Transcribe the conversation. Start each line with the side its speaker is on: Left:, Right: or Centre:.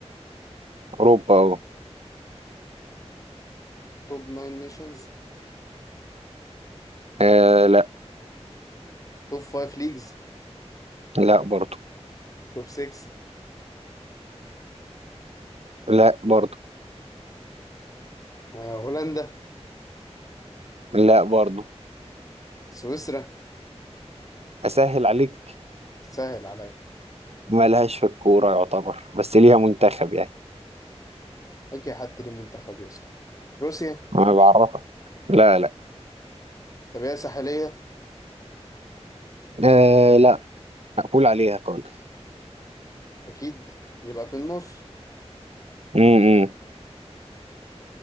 Right: اوروبا اهو
Left: توب ناين نيشنز
Right: آه لا
Left: توب فايف ليجز
Right: لا برضو
Left: توب سكس
Right: لا برضو
Left: آه، هولندا
Right: لا برضو
Left: سويسرا
Right: اسهل عليك
Left: سهل عليا
Right: ما لهاش في الكوره يعتبر بس ليها منتخب يعني
Left: أي حد ليه منتخب يا اسطى روسيا
Right: ما بعرفها لا لا
Left: طب هي ساحلية
Right: آه لا مقبول عليها خالص
Left: أكيد يبقى في النص
Right: امم